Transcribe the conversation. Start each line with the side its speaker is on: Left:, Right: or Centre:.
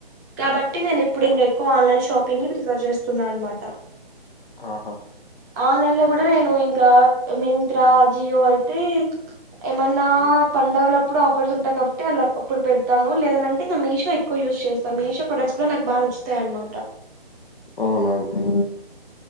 Right: కాబట్టి నేను ఇప్పుడింగ ఆన్లైన్ షాపింగ్ ప్రిఫర్ జేస్తున్నా అన్నమాట
Left: ఆహా
Right: ఆన్లైన్ లో కూడా నేను ఇంకా మీ త్ర ఆజియో అయితే ఏమన్నా
Left: ఉమ్.
Right: పండగల ప్పుడు ఆఫర్స్ ఉంటాయి. కాబట్టి అలా ఆప్పుడు పెడతాను. లేద అని అంటే ఇంగ మీషో ఎక్కువ యూజ్ చేస్తాను. మీషో ప్రొడక్ట్స్ కూడా నాకు బాగా నచ్చు తాయి అన్న మాట
Left: అవునా అండి